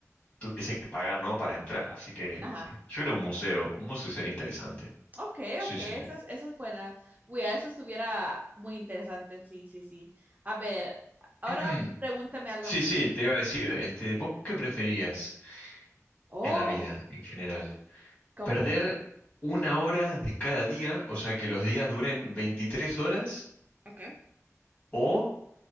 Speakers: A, on the left (about 30°); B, on the right (about 30°).
A: tuviese que pagar, ¿no? Para entrar. Así que
B: Ajá.
A: yo creo un museo. Un museo sería interesante.
B: Ok,
A: Sí,
B: ok,
A: sí,
B: esa
A: sí.
B: es, esa es buena. Uy, a eso estuviera muy interesante, sí, sí, sí. A ver, ahora
A: <clears throat>
B: pregúntame algo
A: Sí,
B: a mí.
A: sí, te iba a decir, este, ¿vos qué preferías
B: Oh,
A: en la vida en general?
B: ¿cómo?
A: ¿Perder una hora de cada día, o sea, que los días duren 23 horas,
B: Okay.
A: o